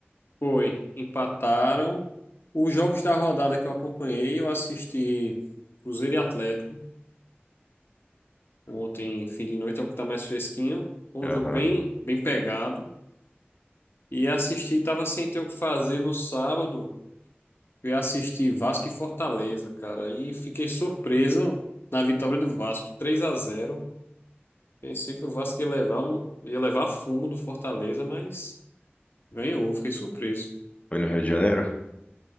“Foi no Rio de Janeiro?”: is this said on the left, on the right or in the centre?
Left